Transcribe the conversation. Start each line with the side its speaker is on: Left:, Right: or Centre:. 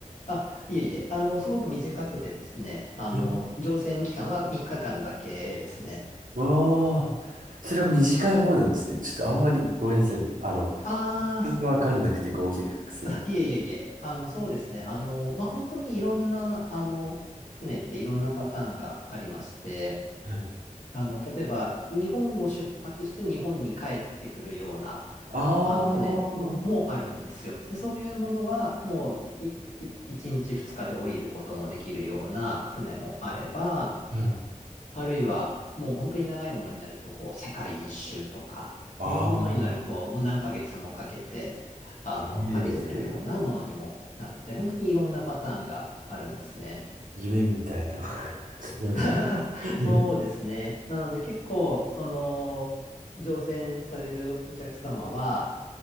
Left: あ、いえいえ、あの、すごく短くてですね、あの、
Right: え
Left: 乗船期間は3日間だけですね。
Right: ああ、それは短い方なんですね。ちょっとあんまりごめんなさい。あの、
Left: あ
Right: 単語わかんなくて合計隠せん。
Left: あ、いえいえいえ、あの、そうですね、あの、まあ本当にいろんな、あの、船っていろんなパターンがありまして、
Right: はい。
Left: あの、例えば、日本を出発して日本に帰ってくるような、
Right: ああ、
Left: あの、船もあるんですよ。
Right: う
Left: で、そういうものは、もう、い、い、1日2日で降りることもできるような船もあれば、
Right: ん。
Left: あるいは、もう本当に長いものになると、こう、世界一周とか、
Right: ああ、
Left: いうものになると、もう何ヶ月もかけて、あの、
Right: ええ
Left: 旅するようなものにもなって、本当にいろんなパターンがあるんですね。
Right: 夢みたいな。<laughs> 話うん
Left: <laughs> そうですね。なので結構、その、乗船されるお客様は、